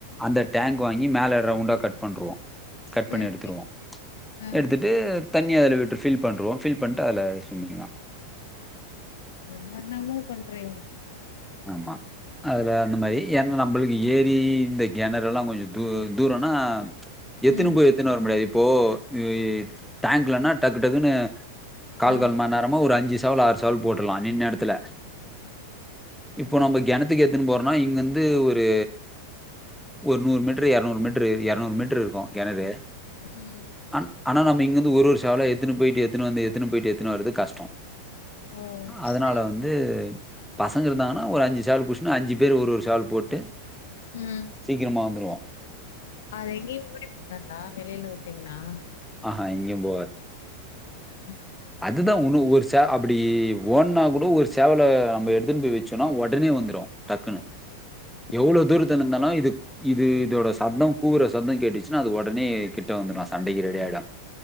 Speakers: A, in the centre; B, on the left (about 60°).
A: அந்த டேங்க் வாங்கி மேல ரவுண்டா கட் பண்ருவோ கட்
B: சரி
A: பண்ணி எடுத்துருவோ
B: ஆ
A: எடுத்துட்டு தண்ணி அதுல விட்டு ஃபில் பண்ருவோம் ஃபில் பண்ட்டு அதுல ஸ்விம்மிங் தா
B: என்னன்னவோ பண்றீங்க
A: ஆமா அதுல அந்த மாரி ஏனா நம்ளுக்கு ஏரி இந்த கெணறுலா கொஞ்சோ தூ தூரன்னா எத்துன்னு
B: ம்
A: போய் எத்துன்னு வர முடியாது இப்போ இ டேங்க் லன்னா டக்கு டக்குன்னு கால்
B: ஆ
A: கால் மண் நேரமா ஒரு அஞ்சு சேவல் ஆறு சேவல் போட்ருலா நின்ன எடத்துல
B: ம்
A: இப்போ நம்போ கெணத்துக்கு எத்துன் போறன்னா இங்கருந்து ஒரு ஒரு நூர் மீட்ரு இரநூர் மீட்ரு இரநூறு மீட்ரு இக்கு கெணறு
B: ம்
A: ஆன் ஆனா நம்ம இங்கந்து ஒரு ஒரு சேவலா எத்துன்னு போயிட்டு எத்துன்னு வந்து எத்துன்னு போயிட்டு எத் எத்துன்னு வரது கஷ்டோ
B: ஓ
A: அதனால
B: சரி
A: வந்து பசங்க இருந்தாங்கன்னா ஒரு அஞ்சு சேவல் புச்சின்னு அஞ்சு பேர் ஒரு ஒரு சேவல் போட்டு
B: ம்
A: சீக்ரமா வந்துருவோ
B: அது எங்கியு ஓடி போகாதா வெளில உட்டிங்னா
A: ஆஹா எங்கேயும்
B: உஹம்
A: அதுதா உனு ஒரு சே அப்டி ஓன்னா கூட ஒரு சேவல நம்ம எடுத்துன் போய் வச்சோன்னா உடனே வந்துரு டக்குன்னு எவ்ளோ
B: ஓ
A: தூரத்துல இந்தாலு இது இது இதோட சத்தோ கூவுற சத்தோ கேட்டுச்சுன்னா அது ஒடனே கிட்ட வந்துரு சண்டைக்கு ரெடி ஆயிடு